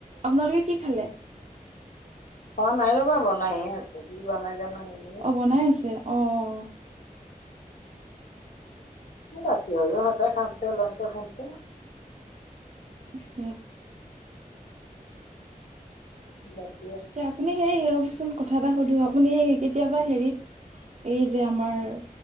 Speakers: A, on the right (about 50°); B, on the left (about 65°).
A: আপোনালোকে কি খালে?
B: হোৱা নাই ৰ'বা বনাইহে আছোঁ, কি বনাই জানো সি,
A: অ বনাই আছে অ অ,
B: ৰাতি হয় অ সদাই খাওতে লওঁতে শোওঁতে,
A: হু
B: উ
A: ইয়াত আপুনি সেই ৰ'বচোন কথা এটা সুধো, আপুনি কেতিয়াবা হেৰিত এই যে আমাৰ